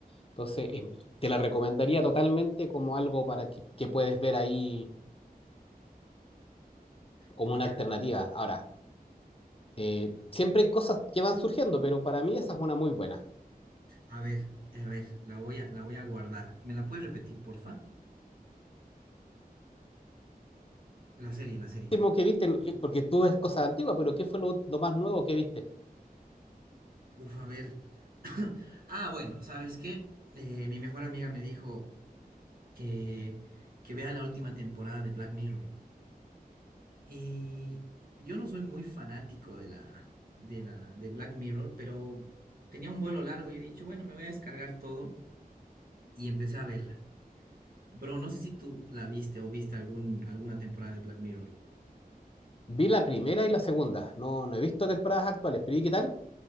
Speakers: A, on the left; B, on the right.
A: Entonces, eh, te la recomendaría totalmente como algo para que, que puedes ver ahí como
B: Voy
A: una alternativa. Ahora, eh, siempre hay cosas que van surgiendo, pero para mí esa es una muy buena.
B: a, a ver, a ver, la voy a, la voy a guardar. ¿Me la puedes repetir, porfa? La serie, la serie.
A: Último que viste, que- porque tú ves cosas antiguas, pero ¿qué fue lo, lo más nuevo que viste?
B: Uf, a ver. <coughs> <laughs> Ah, bueno, ¿sabes qué? Eh, mi mejor amiga me dijo que, que vea la última temporada de Black Mirror. Y yo no soy muy fanático de la, de la, de Black Mirror, pero tenía un vuelo largo y he dicho, bueno, me voy a descargar todo y empecé a verla. Bro, no sé si tú la viste o viste algún, alguna temporada de Black Mirror.
A: Vi la primera y la segunda, no, no he visto temporadas actuales, pero ¿y qué tal?